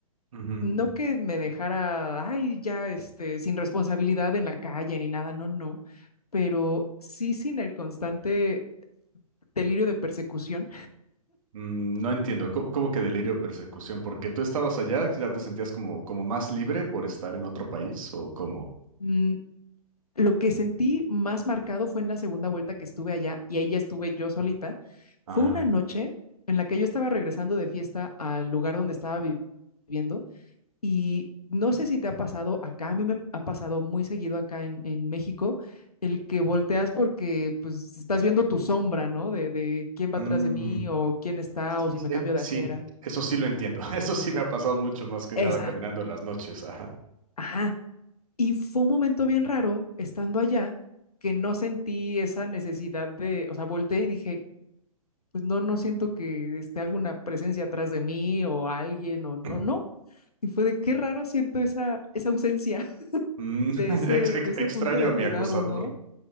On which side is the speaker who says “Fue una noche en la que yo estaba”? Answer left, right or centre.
Left